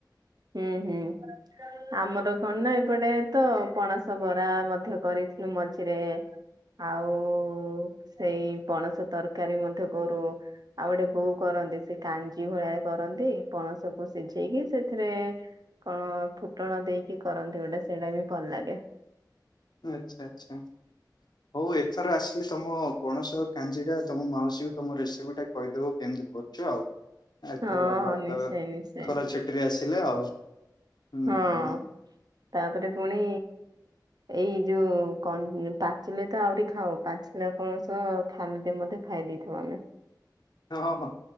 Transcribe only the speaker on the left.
ଆଚ୍ଛା ଆଚ୍ଛା ହଉ ଏଥର ଆସିଲି ତମ ପଣସ କାଞ୍ଜି ଟା ତମ ମାଉସୀକୁ ତମ ରେସିପି ଟା କହିଦେବ କେମିତି କରୁଛ ଆଉଥର
ଭଲ
ତ
ଖରା ଛୁଟିରେ ଆସିଲେ ଆଉ ହୁଁ
ହୁଁ
ହଁ ହଁ